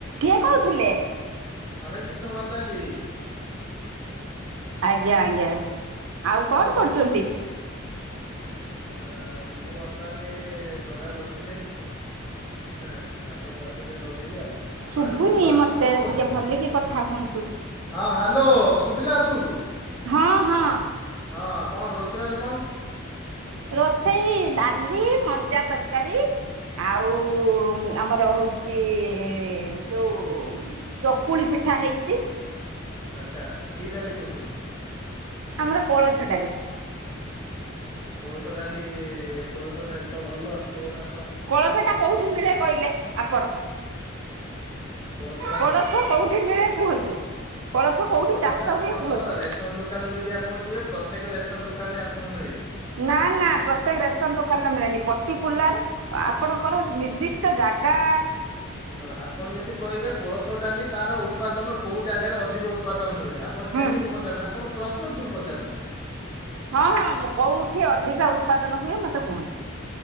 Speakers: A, on the right; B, on the left.
A: କିଏ କହୁଥିଲେ?
B: ହରେ କୃଷ୍ଣ ମତା ଜୀ।
A: ଆଜ୍ଞା ଆଜ୍ଞା ଆଉ
B: ହ୍ୟାଲୋ
A: କଣ କରୁଛନ୍ତି?
B: ଆ ମୁଁ ବର୍ତ୍ତମାନ ଏଇ ଘରେ ବସିଥିଲି। ହୁଁ ଆପଣଙ୍କ ପାଖକୁ ଟିକେ ଲଗେଇଲି ଆଉ।
A: ଶୁଭୁନି
B: ମା କୁହନ୍ତୁ ଆପଣ
A: ମତେ
B: କଣ କରୁଛନ୍ତି
A: ଟିକେ ଭଲିକି କଥା ହୁଅନ୍ତୁ।
B: ହଁ ହ୍ୟାଲୋ ସୁଭିଲା। ଆପଣଙ୍କୁ
A: ହଁ ହଁ।
B: ହଁ କଣ ରୋଷେଇ ବାସ
A: ରୋଷେଇ ଡାଲି ମଞ୍ଜା ତରକାରୀ ଆଉ ଆମର ହଉଛି ଇ ଇ ଯୋଉ ଚକୁଳି ପିଠା ହେଇଛି।
B: ଆଚ୍ଛା କି ଡାଲି କରୁଛନ୍ତି?
A: ଆମର କୋଳଥଟାଲି।
B: କୋଳଥ ଡାଲି କୋଳଥ ଡାଲି ତ ଭଲ ଷ୍ଟୋନ
A: କୋଳଥ ଟା କୋଉଠି ମିଳେ କହିଲେ ଆପଣ?
B: କୋଳଥଟା
A: କୋଳଥ କୋଉଠି ମିଳେ କୁହନ୍ତୁ? କୋଉଠି
B: କୋଳଥ
A: ଚାଷ
B: ଟା ଆପଣଙ୍କ
A: ହୁଏ କୁହନ୍ତୁ?
B: ରେସନ ଦୋକାନରୁୁ ଯଦି ଆପଣ ଯିବେ ପ୍ରତ୍ୟେକ ରେସନ ଦୋକାନ ଆପଣଙ୍କୁ ମିଳିବ।
A: ନା ନା ପ୍ରତ୍ୟେକ ରେସନ ଦୋକାନ ମିଳେନି ପର୍ଟିକୁଲାର ଆପଣଙ୍କର ନିର୍ଦ୍ଦିଷ୍ଟ ଜ ଖେଗା
B: ହଁ ଆପଣ ଯଦି କହିବେ କୋଳଥ ଡାଲି ତାର ଉତ୍ପାଦନ କେଉଁ ଜାଗାରେ ଅଧିକ ଉତ୍ପାଦନ ହୁଏ ଆପଣ ସେମିତି
A: ହୁଁ।
B: ପଚାରୁନା ଆପଣ ପ୍ରଶ୍ନ ଭୁଲ ପଚାରୁଛନ୍ତି।
A: ହଁ ହଁ ମୁଁ କୋଉଠି ଅଧିକ ଉତ୍ପାଦନ ହୁଏ ମତେ କୁହନ୍ତୁ?